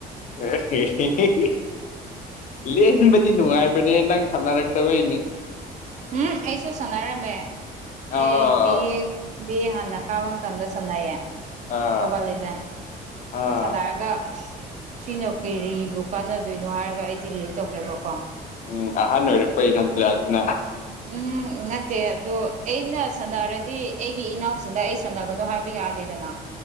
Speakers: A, on the left; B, on the right.
A: <unintelligible> ꯂꯦꯟꯕꯗꯤ ꯅꯨꯡꯉꯥꯏꯕꯅꯦ ꯅꯪ ꯁꯥꯟꯅꯔꯛꯇꯕꯩꯅꯦ
B: ꯎꯝ ꯑꯩꯁꯨ ꯁꯅꯥꯔꯃꯦꯃꯦ
A: ꯑꯥ
B: ꯑꯦ ꯕꯤꯁ ꯕꯤ ꯑꯦ ꯍꯥꯟꯅ ꯀꯥꯕ ꯃꯇꯝꯗ ꯁꯟꯅꯌꯦ
A: ꯑꯥ
B: ꯃꯣꯕꯥꯏꯜ ꯂꯩꯖꯥꯟ
A: ꯑꯥ
B: ꯁꯗꯒ ꯁꯤꯅ ꯀꯔꯤꯕꯨ ꯀꯥꯟꯅꯗꯣꯏꯅꯣ ꯍꯥꯏꯔꯒ ꯑꯩ ꯗꯤꯂꯤꯠ ꯇꯧꯈ꯭ꯔꯦꯕꯀꯣ
A: ꯎꯝ ꯑꯍꯟ ꯑꯣꯏꯔꯛꯄꯩ ꯅꯠꯇ꯭ꯔ ꯑꯗꯨꯅ
B: ꯎꯝ ꯅꯠꯇꯦ ꯑꯗꯨ ꯑꯩꯅ ꯁꯥꯟꯅꯔꯗꯤ ꯑꯩꯒꯤ ꯏꯅꯥꯎꯁꯤꯡꯗ ꯑꯩ ꯁꯥꯟꯅꯕꯗꯣ ꯍꯥꯏꯕ ꯌꯥꯗꯦꯗꯅ